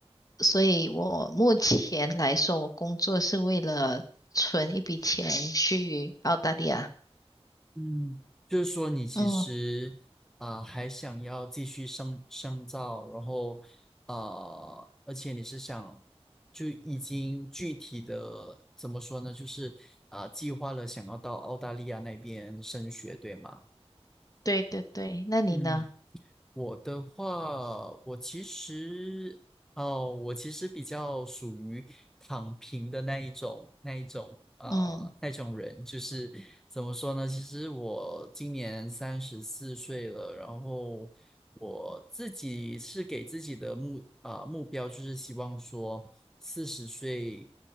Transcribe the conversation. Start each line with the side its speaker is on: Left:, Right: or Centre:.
Left: 所以我目前来说，我工作是为了存一笔钱去澳大利亚。
Centre: 嗯，就是说你其实啊、
Left: 嗯，
Centre: 呃还想要继续深深造，然后呃，而且你是想就已经具体的怎么说呢？就是啊、呃计划了想要到澳大利亚那边升学，对吗？
Left: 对对对，那你呢？
Centre: 嗯。我的话，我其实哦，我其实比较属于躺平的那一种，那一种呃，
Left: 嗯。
Centre: 那种人，就是怎么说呢？其实我今年三十四岁了，然后我自己是给自己的目啊、目标，就是希望说四十岁